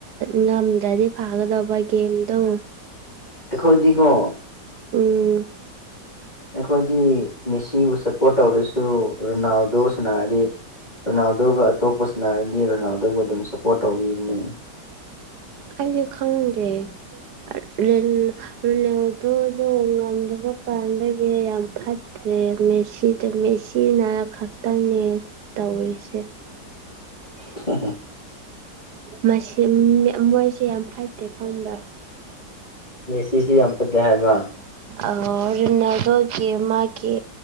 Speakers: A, on the right; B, on the left.
A: ꯉꯝꯗ꯭ꯔꯗꯤ ꯐꯥꯒꯗꯕ ꯒꯦꯝꯗꯣ
B: ꯑꯩꯈꯣꯏꯗꯤꯀꯣ
A: ꯎꯝ
B: ꯑꯩꯈꯣꯏꯗꯤ ꯃꯦꯁꯤꯕꯨ ꯁꯞꯄꯣꯔꯠ ꯇꯧꯔꯁꯨ ꯔꯣꯅꯥꯜꯗꯣ ꯁꯥꯟꯅꯔꯗꯤ ꯔꯣꯅꯥꯜꯗꯣꯒ ꯑꯇꯣꯞꯄꯁꯤꯅ ꯍꯥꯏꯔꯗꯤ ꯔꯣꯅꯥꯜꯗꯣꯕꯨ ꯑꯗꯨꯝ ꯁꯞꯄꯣꯔꯠ ꯇꯧꯕꯤꯕꯅꯦ
A: ꯑꯩꯁꯨ ꯈꯪꯗꯦ <unintelligible> ꯔꯤꯟ ꯂꯣꯗꯣꯗꯣ ꯉꯝꯗꯕ ꯀꯥꯟꯗꯒꯤ ꯌꯥꯝ ꯐ ꯑ ꯃꯦꯁꯤꯗ ꯃꯦꯁꯤꯤꯅ ꯈꯛꯇꯪꯅꯦ ꯇꯧꯔꯤꯁꯦ
B: <inaudible>
A: ꯃꯁꯤꯝꯃꯤ ꯃꯣꯏꯁꯦ ꯌꯥꯝ ꯐꯠꯇꯦ ꯈꯪꯕ꯭ꯔꯥ
B: ꯁꯤꯁꯤ ꯌꯥꯝ ꯐꯠꯇꯦ ꯍꯥꯏꯕ
A: ꯑ ꯔꯣꯅꯜꯗꯣꯒꯤ ꯃꯒꯤ